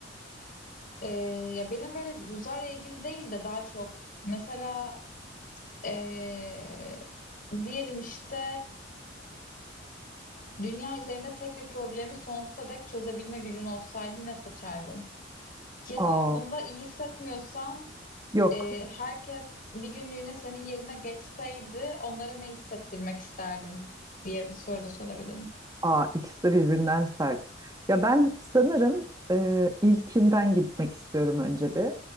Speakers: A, on the left; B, on the right.
A: E, ya benim böyle uzayla ilgili değil de daha çok mesela e, diyelim işte dünya üzerinde tek bir problemi sonsuza dek çözebilme gücün olsaydı ne seçerdin? Ya
B: Aa,
A: da bunda iyi hissetmiyorsan
B: yok.
A: e, herkes bir günlüğüne senin yerine geçseydi onlara ne hissettirmek isterdin diye bir soru da sorabilirim.
B: Aa, ikisi de birbirinden sert. Ya ben sanırım e, ilkinden gitmek istiyorum önce bir.